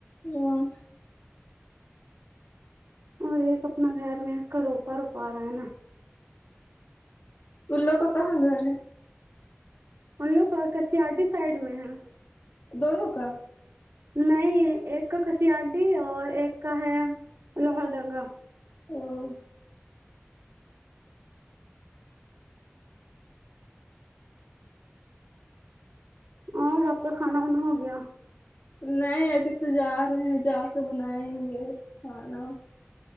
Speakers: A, on the left (about 50°); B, on the right (about 85°).
A: ہمم
B: اور ایک اپنا گھر میں اس کا روپا روپا رہا ہے نا
A: ان لوگ کو کہاں گھر ہے
B: ان لوگ کسییا ڈی سائڈ میں ہے
A: دونوں کا
B: نہیں ایک کا کسییاڈی اور ایک کا ہے لوھر دنگا
A: اور
B: اور آپ کا کھانا وانا ہو گیا
A: نہیں ابھی تو جا رہے ہیں جا کے بنائیں گے کھانا